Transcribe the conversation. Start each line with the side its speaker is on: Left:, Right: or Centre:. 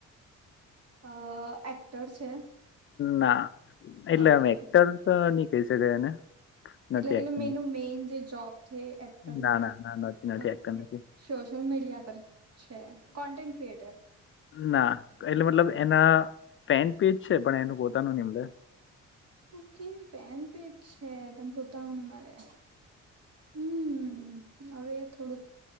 Right: અ એક્ટર છે.
Left: ના એટલે
Right: ઓકે
Left: આમ એક્ટર તો નઈ કહી શકાય એને.
Right: એટલે
Left: નથી
Right: એટલે
Left: એક્ટર
Right: મેનું મેન જે જોબ છે એક્ટર
Left: ના
Right: નથી.
Left: ના ના નથી નથી
Right: ઓકે
Left: એક્ટર નથી
Right: સોશિયલ મીડિયા પર છે કોન્ટેન્ટ ક્રિએટર.
Left: ના એટલે મતલબ એના ફેન પેજ છે પણ એનું પોતાનું નિમલે.
Right: ઓકે ફેન પેજ છે પણ પોતાનું નહી મળે. હમ હવે થોડુંક.